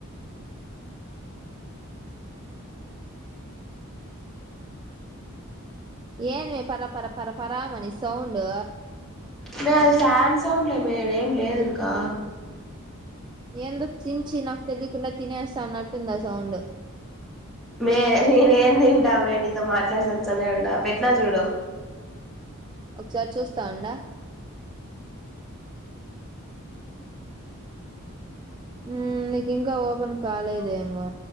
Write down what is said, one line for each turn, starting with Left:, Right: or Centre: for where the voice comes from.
Right: ఏంటివి పరా పరా పరా పరా మనీ సౌండు
Centre: మే అది ఫ్యాన్ సౌండ్లే మే ఏం లేదు ఇంకా
Right: ఏందో చించి నాకు తెలియకుండా తినేస్తా అన్నట్టుంది ఆ సౌండ్
Centre: మే నేనే ఏం తింటావే నీతో మాట్లాడుసి వచ్చనే ఉం పెట్టినా చూడు
Right: ఒకసారి చూస్తా అండా ఉమ్ నీకు ఇంకా ఓపెన్ కాలేదేమో